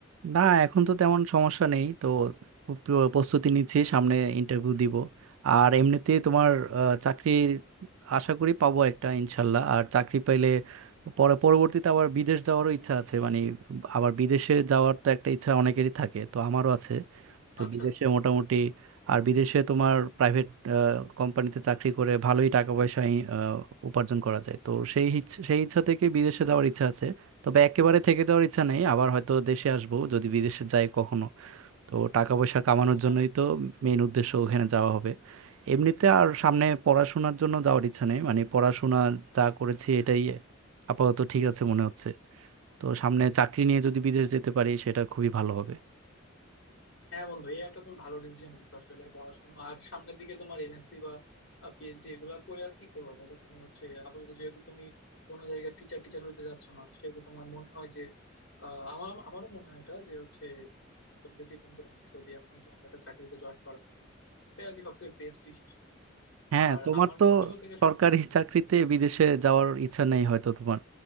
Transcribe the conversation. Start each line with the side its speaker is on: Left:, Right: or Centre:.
Right: না এখন তো তেমন সমস্যা নেই তো প্র- প্রস্তুতি নিচ্ছি সামনে ইন্টারভিউ দিব আর এমনিতে তোমার আহ, চাকরি আশা করি পাবো একটা ইনশাল্লাহ আর চাকরি পাইলে পরে পরবর্তীতে আবার বিদেশ যাওয়ারও ইচ্ছা আছে মানে আবার বিদেশে যাওয়ার তো একটা ইচ্ছা অনেকেরই থাকে তো আমারও আছে তো
Left: আচ্ছা
Right: বিদেশে
Left: আচ্ছা
Right: মোটামুটি আর বিদেশে তোমার প্রাইভেট কোম্পানিতে চাকরি করে ভালোই টাকা পয়সা ই- আহ, উপার্জন করা যায় তো সেই ইচ্ছ- সেই ইচ্ছা থেকে বিদেশে যাওয়ার ইচ্ছা আছে তবে একেবারে থেকে যাওয়ার ইচ্ছা নেই আবার হয়তো দেশে আসবো যদি বিদেশে যাই কখনো তো টাকা পয়সা কামানোর
Left: আচ্ছা
Right: জন্যই তো মেইন উদ্দেশ্য ওখানে যাওয়া হবে এমনিতে আর সামনে পড়াশোনার জন্য যাওয়ার ইচ্ছা নেই মানে পড়াশোনা যা করেছি এটাই আপাতত ঠিক আছে মনে হচ্ছে তো সামনে চাকরি নিয়ে যদি বিদেশ যেতে পারি সেটা খুবই ভালো হবে
Left: হ্যাঁ বন্ধু এই একটা তুমি ভালো ডিসিশন নিচ্ছ আসলে পড়াশোনা আর সামনের দিকে তোমার এমএসসি বা পিএইচডি এগুলা করে আর কি করবো বলো তোমার হচ্ছে আপাতত যেহেতু তুমি কোনো জায়গায় টিচার টিচার হইতে যাচ্ছ না সেহেতু তোমার মনে হয় যে আহ, আমার আমারও মনে হয় এটা যে হচ্ছে তুমি যে সিদ্ধান্তটা নিচ্ছো যে এখনই কোনো একটা চাকরিতে জয়েন করা সেটাই আর কি সব থেকে বেস্ট ডিসিশন
Right: হ্যাঁ
Left: আর
Right: তোমার
Left: আমার
Right: তো
Left: ক্ষেত্রে বলতে গেলে
Right: সরকারি <laughs> চাকরিতে বিদেশে যাওয়ার ইচ্ছা নেই হয়তো তোমার